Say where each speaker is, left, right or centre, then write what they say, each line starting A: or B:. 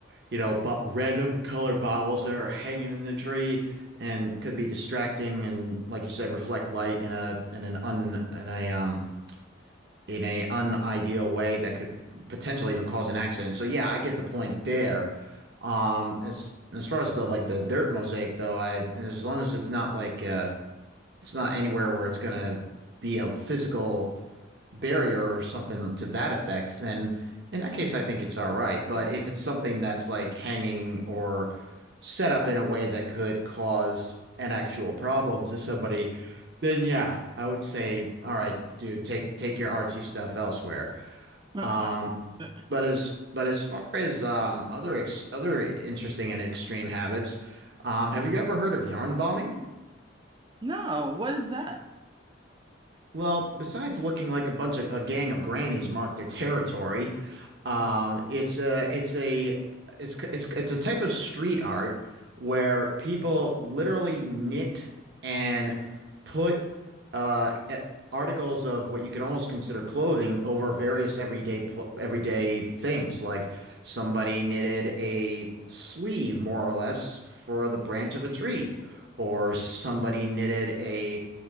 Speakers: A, on the right; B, on the right.
A: you know, bu random color bottles that are hanging in the tree and could be distracting and, like you said, reflect light in a in an un in a um in a unideal way that could potentially even cause an accident. So yeah, I get the point there. Um, as as far as the like the dirt mosaic though, I as long as it's not like uh it's not anywhere where it's gonna be a physical barrier or something to that effect, then in that case, I think it's all right. But if it's something that's like hanging or set up in a way that could cause an actual problem to somebody, then yeah, I would say, all right, dude, take take your artsy stuff elsewhere.
B: <laughs>
A: Um, but as but as far as um other ex other interesting and extreme habits, um, have you ever heard of yarn bombing?
B: No, what is that?
A: Well, besides looking like a bunch of a gang of grannies marked their territory, um, it's a it's a it's it's it's a type of street art where people literally knit and put uh, a- articles of what you could almost consider clothing over various everyday pl everyday things. Like somebody knitted a sleeve, more or less, for the branch of a tree, or somebody knitted a